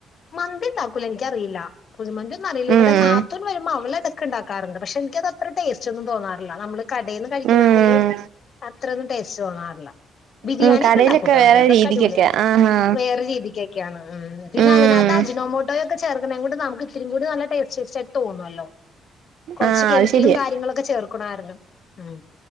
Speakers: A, on the left (about 50°); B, on the right (about 75°).
A: മന്തി ണ്ടാക്കൂല എനിക്കറിയില്ല കുഴിമന്തിയൊന്നും അറിയില്ല
B: ഉം
A: ഇവിടെ നാത്തൂൻ വരുമ്പോ അവലെടക് ക്ക് ണ്ടാക്കാറുണ്ട് പക്ഷെ എനിക്ക്ത് അത്ര ടേസ്റ്റ് ഒന്നും തോന്നാറില്ല നമ്മള് കടേന്ന് കഴിക്കുന്നതില്
B: ഉം
A: ത്രേന്നും ടേസ്റ്റ് തോന്നാറില്ല ബിരിയാണിയൊക്കെ
B: ഉം കടയിലൊക്കെ
A: ഉണ്ടാക്കൂട്ടോ അവര്
B: വേറെ
A: അതൊക്കെ
B: രീതിക്കൊക്കെ
A: അടിപൊളിയാ
B: ആഹാ
A: വേറെ രീതിക്കേ യാന്ന് പിന്നെ
B: ഉം
A: അതിനകത്ത് അജിനോമോട്ടോയോ ചേർക്ക്ണേംകൊണ്ട് നമക്ക് ഇത്തിരിം കൂടി നല്ല ടസ്റ്റ് സ് ച്ചായിട്ട് തോന്നുവല്ലോ കൊർച്ച്
B: ആഹ്
A: കെമിക്കലും
B: അത് ശരിയാ
A: കാര്യങ്ങളൊക്കെ ചേർക്കൊണായിരുന്നു ഉം